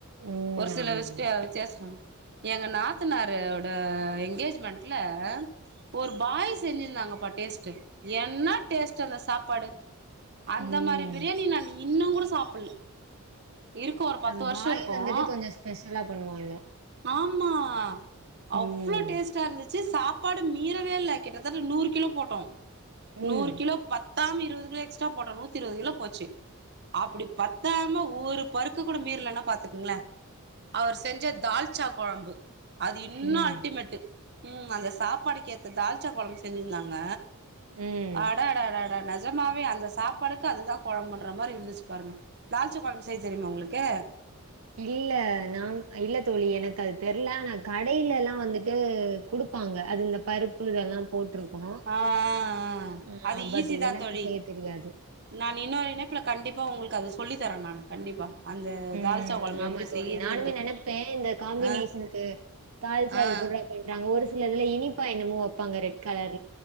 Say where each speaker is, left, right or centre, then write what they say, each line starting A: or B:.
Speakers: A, on the right; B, on the right.
A: ம்
B: ஒரு சில
A: ஆமாமா.
B: விஷட வித்யாசங் எங்க நாத்தனார் ட ஓட எண்ங்கேஜ்மெண்ட்ல ஒரு பாய் செஞ்சிருந்தாங்க ப்பா டேஸ்ட் என்ன டேஸ்ட் அந்த சாப்பாடு அந்த
A: ம்.
B: மாரி பிரியாணி நான் இன்னும் கூட சாப்புட்ல இருக்கு ஒரு பத்து
A: அது
B: வருஷோ
A: பாய்
B: இருக்கு
A: வந்துட்டு கொஞ்ச ஸ்பெஷலா பண்ணுவாங்க
B: ஆமா
A: ம்.
B: அவ்ளோ டேஸ்ட்டா இருந்துச்சு சாப்பாடு மீறவேல்ல கிட்டத்தட்ட நூறு கிலோ போட்டோம் நூறு
A: ம்.
B: கிலோ பத் தாம இருபது கிலோ எக்ஸ்ட்ரா போட்டோ நூத்தி இருபது கிலோ போச்சு அப்படி பத்தாம ஒரு பரு கூட மீறலன்னா பாத்துக்கங்கள அவர் செஞ்ச தால்ச்சா குழம்பு அது இன்னும்
A: ம்.
B: அல்டிமேட்டு் ம் அந்த சாப்பாடுக்கு ஏத்த தால்சா கொழம்பு செஞ்சுர்ந்தாங்க
A: ம்.
B: ஆஹ் அடடடட ஜமாவே அந்த சாப்பாடுக்கு அதுதா குழம்புன்ற மாதிரி இருந்துச்சு பாருங்க தால்சா கொழம்பு செய்ய தெரியுமா உங்களுக்கு
A: இல்ல நான் இல்ல தோழி எனக்கு அது தெர்ல ஆனா கடையிலேல்லா வந்துட்டு குடுப்பாங்க அது இந்த பருப் பு இதெல்லா போட்ருக்கூ.
B: ஆஹ் ஆ ஆஹ்
A: ஆ
B: அது
A: பட்
B: ஈஸி தான்
A: எனக்கு
B: தோழி
A: செய்ய தெரியாது.
B: நான் இன்னொரு இணைப்புல கண்டிப்பா உங்கள்க் அது சொல்லித்தரேன் நானு கண்டிப்பா அந்த
A: உம்
B: தால்ச்சா கொழம்பு
A: ஆமா
B: எப்டி
A: தோழி
B: செய்யறதுன்ற
A: நானுமே நினைப்பேன் இந்த காம்பினேஷன்க்கு
B: ஆ
A: தால்ச்சா
B: ஆ
A: எப்புட்றா பண்றாங்க ஒரு சில இதுல இனிப் ப்பா என்னமோ வெப்பாங்க ரெட் கலர்